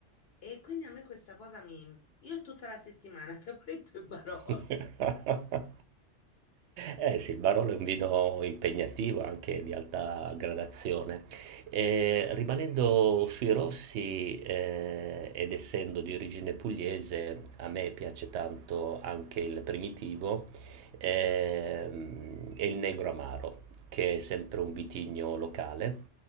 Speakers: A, on the left; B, on the right.
A: E quindi a me questa cosa mi, io è tutta la settimana, <laughs> capretto e Barolo.
B: <laughs> Eh sì, il Barolo è un vino impegnativo, anche di alta gradazione. Eh,
A: Mm,
B: rimanendo sui rossi, eh, ed essendo di origine pugliese, a me piace tanto anche il primitivo,
A: mi dico,
B: ehm,
A: eh,
B: e il negro amaro, che è sempre
A: eh, eh.
B: un vitigno locale.